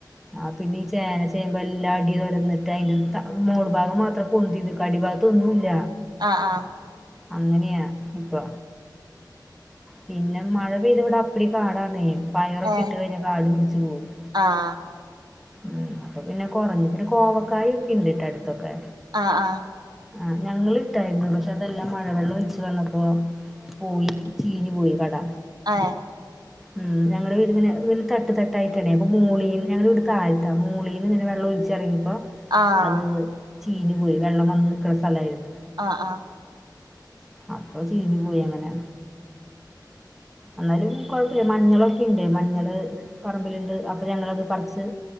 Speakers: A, in the centre; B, on the right.
A: ആ പിന്നെ ഈ ചേന ചേുമമ്പ്പോ എല്ലാം അടി തുരന്നിട്ട് അതിന്റെ മോൾ ഭാഗം മാത്രം പൊന്തി അടിഭാഗത്തൊന്നുമല്ല
B: ആഹ ആഹ്
A: അങ്ങനെയാ ഇപ്പൊ പിന്നെ മഴ പെയ്ത ഇവിടെ അപ്പടി കാണാടന്നേ പയറൊക്കെ
B: ഏഹ്
A: ഇട്ട് കഴിഞ്ഞ കാടു പിടിച്ചു പോകവും
B: ആഹ്
A: ഉം അപ്പൊ പിന്നെ കുറഞ്ഞ പിന്നെ കോവക്കായ ഒക്കെ ഇണ്ട്ട്ട അടുത്തൊക്കെ
B: ആഹ ആഹ
A: ആ ഞങ്ങിട്ടായിരുന്നു പക്ഷെ അതെല്ലാം മഴവെള്ളം ഒലിച്ചച്ച് വന്നപ്പോ പോയി ചീഞ്ഞഞ് പോയിരുന്നു കട
B: ആഹ
A: ഉം ഞങ്ങ വീന്െ തട്ട് തട്ടായിട്ടണേ അപ്പൊ മൂളീ ഞങ്ങടെ വീട് താഴ്ത്താ മൂളീന്ന് ഇങ്ങെ വെള്ളം ഒഴിച്ചിറങ്ങിപ്പോ
B: ആഹ്
A: അത് ചീനി പോയി വെള്ളം വന്ന് നൽക്കുന്ന സ്ഥലമായി <inaudible>
B: ആഹ്
A: അപ്പൊ ചീഞ്ഞഞ് പോയി അങ്ങനെ എന്നാലും കൊഴപ്പമില്ല മഞ്ഞളൊക്കെ ഇണ്ട് മഞ്ഞള് പറമ്പിലുണ്ട് അപ്പൊ ഞങ്ങളത് പറച്ച്